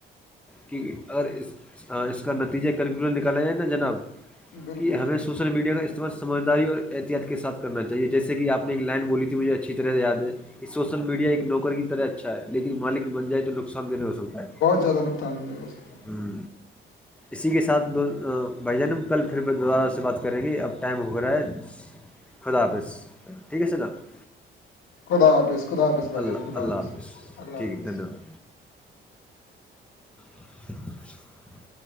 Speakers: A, in the centre; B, on the left.
A: کہ اور اس کا نتیجہ کنکلوژن نکالا جائے نا جناب
B: بالکل
A: کہ ہمیں سوشل میڈیا کا استعمال سمجھداری اور احتیاط کے ساتھ کر چاہیے جیسے کہ آپ نے ایک لائن بولی ت مجھے اچھی طرح یاد ہے یہ سوشل میڈیا ایک نوکر کی طرح اچھا ہے لیکن مالک بن جائے تو نقصان دہ نہیں ہو سکتا ہے
B: زدہ نکتاان ہے
A: ہوں اسی کے ساتھ دو بھائی جان کل پھر دوبارہ سے بات کریں گے اب ٹائم ہو رہا ہے خدا حافظ ٹھیک ہے س نب
B: خوددا حاظ خدا حظ بھائیان
A: اللہ
B: خوددا
A: اللہ
B: حظ
A: حافظ
B: اللہ
A: ٹھیک
B: حافظ
A: ہے دھنیہ واد <unintelligible>